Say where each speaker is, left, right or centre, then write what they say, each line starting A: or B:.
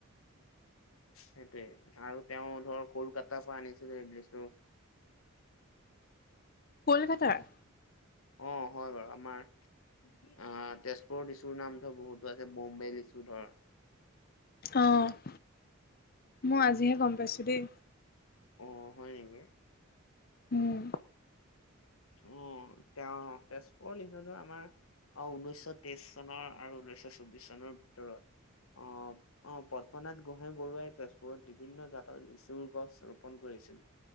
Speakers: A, on the left; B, on the left.
A: সেইটোয়ে আৰু তেওঁ ধৰ কলকাতাৰ পৰা আনিছিলে <unintelligible>
B: কলকাতাৰ?
A: অ', হয় বাৰু আমাৰ অ', তেজপুৰৰ লিচুৰ নাম ধৰ বহুতো আছে বৌম্বে লিচু ধৰ।
B: অ', মই আজিহে গম পাইছোঁ দেই।
A: অ', হয় নেকি?
B: উম।
A: অ', তেওঁ তেজপুৰৰ নিচুটো আমাৰ অ', ঊনৈশ তেইশ চনৰ আৰু ঊনৈশ চৌববিশ চনৰ ভিতৰত অ' অ', পদ্মনাথ গোহাঁই বৰুৱাই তেজপুৰত বিভিন্ন জাতৰ লিচুৰ গছ ৰোপন কৰিছিল।